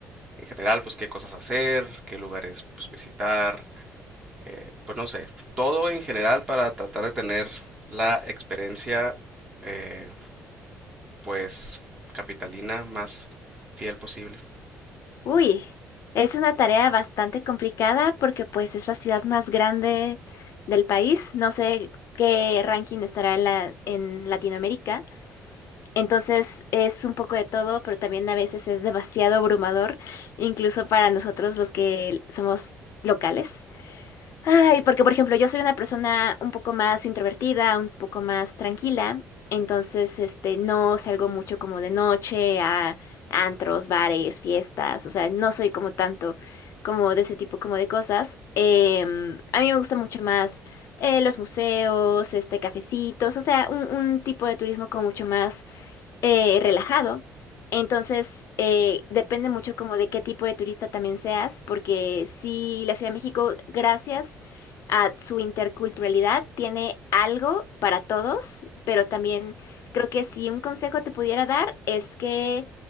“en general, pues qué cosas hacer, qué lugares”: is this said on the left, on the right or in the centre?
Right